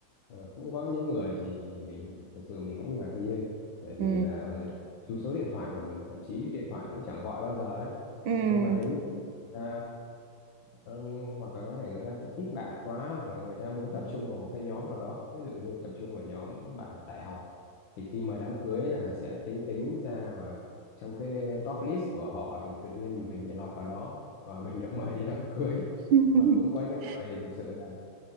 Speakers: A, on the left; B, on the right.
A: ờ, cũng có những người thì mình thật sự mình cũng ngạc nhiên bởi vì
B: ừ
A: là người ta lưu số điện thoại của mình thậm chí điện thoại cũng chẳng gọi bao giờ đấy
B: ừ
A: nhưng mà đến lúc người ta ờ, hoặc là có thể người ta cũng ít bạn quá hoặc là người ta muốn tập trung vào một cái nhóm nào đó ví dụ như tập trung vào nhóm bạn đại học thì khi mời đám cưới là sẽ tính tính ra và trong cái top list của họ thì tự nhiên mình lại lọt vào đó và <laughs> mình được mời đi đám cưới
B: <laughs>
A: và cũng có những người thì thực sự là